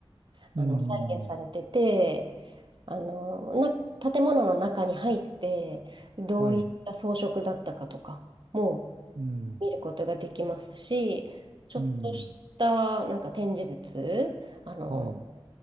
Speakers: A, on the right; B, on the right.
A: あの、
B: うん、
A: 再現されてて、あの、な、建物の中に入って、どういった装飾だったかとか、
B: はい、
A: も
B: うん、
A: 見ることができますし、ちょっとしたなんか展示物、
B: うん、
A: あの、
B: はい、